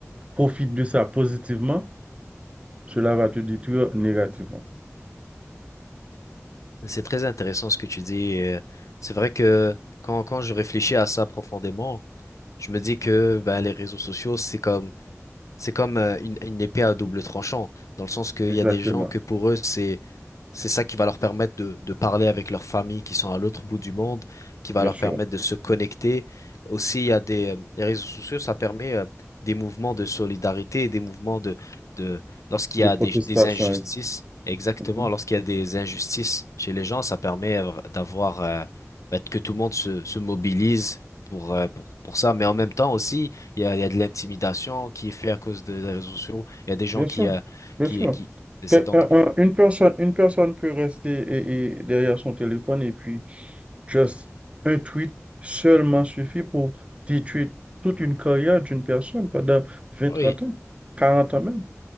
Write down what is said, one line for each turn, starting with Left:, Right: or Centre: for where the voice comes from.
Right: profite de ça positivement, cela va te détruire négativement.
Left: C'est très intéressant ce que tu dis. et euh, C'est vrai que quand, quand je réfléchis à ça profondément, je me dis que ben, les réseaux sociaux, c'est comme, c'est comme euh, une, une épée à double tranchant, dans le sens qu'il
Right: Exactement,
Left: y a des gens que pour eux, c'est c'est ça qui va leur permettre de, de parler avec leurs familles qui sont à l'autre bout du monde, qui va
Right: bien
Left: leur
Right: sûr.
Left: permettre de se connecter. Aussi, il y a des, euh, les réseaux sociaux, ça permet euh, des mouvements de solidarité, des mouvements de, de lorsqu'il
Right: Des
Left: y a
Right: protestations.
Left: des, des injustices,
Right: ex-
Left: exactement,
Right: Mhm.
Left: lorsqu'il y a des injustices chez les gens, ça permet euh, d'avoir euh, bah, que tout le monde se, se mobilise pour, euh, pour, pour ça. Mais en même temps aussi, il y a, il y a de l'intimidation qui est faite à cause de- des réseaux sociaux. Il y a des gens
Right: Bien
Left: qui,
Right: sûr,
Left: euh,
Right: bien
Left: qui,
Right: sûr.
Left: qui, c'est ça
Right: Que-
Left: donc.
Right: un- un- Une personne, une personne peut rester et- et derrière son téléphone et puis Just un tweet seulement suffit pour détruire toute une carrière d'une personne pendant vingt
Left: Oui.
Right: trente ans, 40 ans même,